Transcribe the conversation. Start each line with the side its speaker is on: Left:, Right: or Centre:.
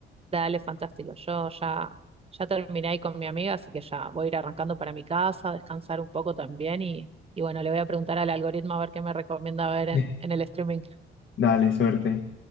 Right: Dale, fantástico. Yo ya, ya terminé ahí con mi amiga, así que ya voy a ir arrancando para mi casa, descansar un poco también y, y bueno, le voy a preguntar al algoritmo a ver qué me recomienda ver en,
Left: <laughs>
Right: en el streaming.
Left: Dale, suerte.